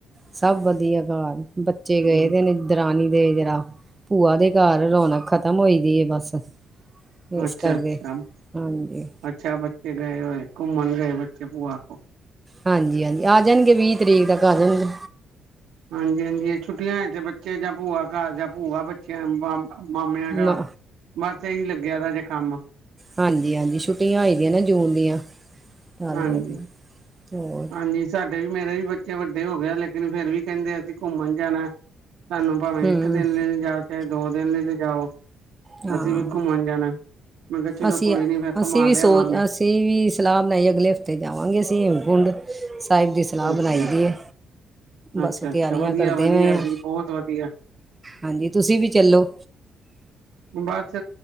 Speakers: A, on the right; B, on the right.
A: ਸਭ ਵਧੀਆ ਘਰ ਬੱਚੇ
B: ਹਮ
A: ਗਏ ਪਏ ਨੇ। ਦਰਾਨੀ ਦੇ ਜਰਾ, ਭੂਆ ਦੇ ਘਰ ਰੌਣਕ ਖਤਮ ਹੋਈ ਦੀ ਹੈ ਬਸ ਇਸ
B: ਅੱਛਾ-
A: ਕਰਕੇ
B: ਅੱਛਾ-
A: ਹਾਂਜੀ
B: ਅੱਛਾ ਬੱਚੇ ਗਏ ਹੋਏ ਘੁੰਮਣ ਗਏ ਬੱਚੇ ਬੂਆ ਕੋਲ
A: ਹਾਂਜੀ- ਹਾਂਜੀ ਆ ਜਾਣਗੇ ਵੀਹ ਤਰੀਕ ਤੱਕ ਆ ਜਾਣਗੇ।
B: ਹਾਂਜੀ ਹਾਂਜੀ ਛੁੱਟੀਆਂ ਵਿੱਚ ਬੱਚੇ ਜਾਂ ਭੂਆ ਘਰ ਜਾਂ ਭੂਆ ਬੱਚਿਆਂ ਵਲ ਮਾਮਿਆਂ ਘਰ
A: ਮ
B: ਬਸ ਇਹੀ ਲੱਗਿਆ ਦਾ ਜੇ ਕੰਮ।
A: ਹਾਂਜੀ-ਹਾਂਜੀ ਛੁੱਟੀਆਂ ਹੋਈ ਦੀਆਂ ਨਾ ਜੂਨ ਦੀਆਂ ਚੱਲ
B: ਹਾਂਜੀ
A: ਪੈ ਗਆਂ ਹੋਰ
B: ਹਾਂਜੀ ਸਾਡੇ ਵੀ ਮੇਰੇ ਵੀ ਬੱਚੇ ਵੱਡੇ ਹੋ ਗਏ ਆ ਲੇਕਿਨ ਫੇਰ ਵੀ ਕਹਿੰਦੇ ਅਸੀਂ ਘੁੰਮਣ ਜਾਣਾ ਸਾਨੂੰ ਭਾਵੇਂ
A: ਹੂੰ
B: ਇੱਕ ਦਿਨ ਲਈ ਲਿਜਾਓ ਚਾਹੇ ਦੋ ਦਿਨ ਲਈ ਲਿਜਾਓ।
A: ਹਾਂ
B: ਅਸੀਂ ਵੀ ਘੁੰਮਣ ਜਾਣਾ, ਮੈਂ ਕਿਹਾ ਚਲੋ
A: ਅਸੀਂ
B: ਕੋਈ ਨੀ ਫੇ
A: ਅਸੀਂ
B: ਘੁਮਾ
A: ਵੀ
B: ਲਿਆਵਾਂਗੇ।
A: ਸੋਚ ਅਸੀਂ ਵੀ ਸਲਾਹ ਬਣਾਈ ਅਗਲੇ ਹਫ਼ਤੇ ਜਾਵਾਂਗੇ ਅਸੀਂ ਹੇਮਕੁੰਡ ਸਾਹਿਬ ਦੀ ਸਲਾਹ
B: ਅੱਛਾ
A: ਬਣਾਈ ਦੀ ਐ, ਬਸ
B: ਅੱਛਾ ਅੱਛਾ
A: ਤਿਆਰੀਆਂ
B: ਵਧੀਆ
A: ਕਰਦੇ
B: ਵਧੀਆ
A: ਹੋਏ
B: ਜੀ
A: ਆ।
B: ਬਹੁਤ ਵਧੀਆ
A: ਹਾਂਜੀ ਤੁਸੀਂ ਵੀ ਚੱਲੋ।
B: ਬਸ